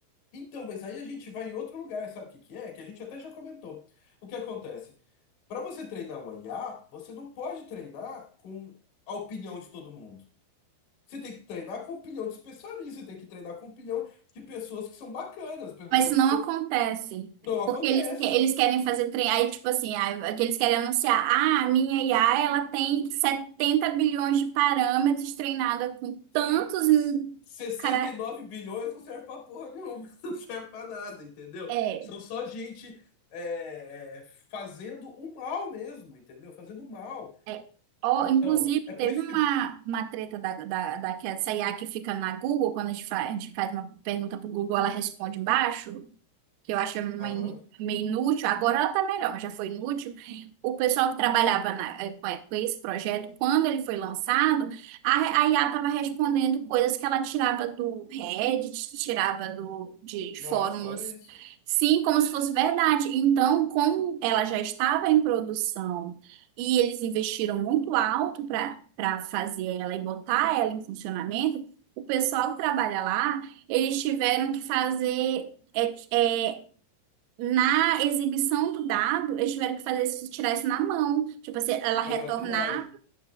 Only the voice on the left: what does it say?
Então, mas aí a gente vai em outro lugar, sabe o que que é? Que a gente até já comentou. O que acontece? Para você treinar um IA, você não pode treinar com a opinião de todo mundo. Você tem que treinar com a opinião de especialista, você tem que treinar com a opinião de pessoas que são bacanas, pessoas
que
são.
Não acontece.
Sim.
sessenta
e nove bilhões não serve pra porra nenhuma, <laughs> não serve pra nada, entendeu?
São só gente é, é, fazendo o mal mesmo, entendeu? Fazendo mal.
Então,
é por
isso
que.
Aham.
Nossa,
olha isso.
Fazer uma triagem.